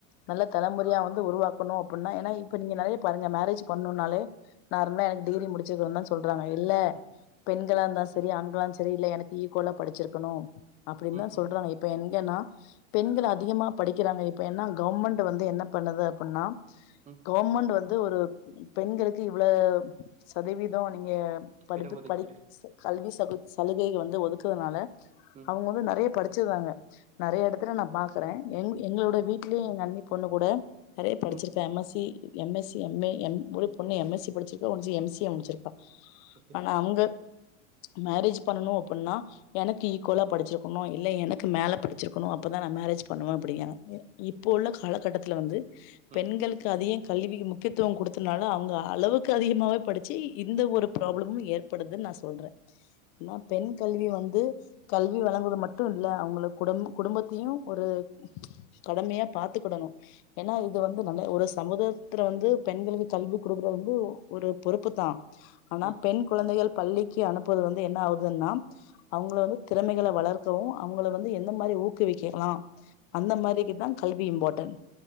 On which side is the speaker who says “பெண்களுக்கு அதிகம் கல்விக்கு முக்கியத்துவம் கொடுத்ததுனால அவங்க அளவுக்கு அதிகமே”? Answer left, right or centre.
Left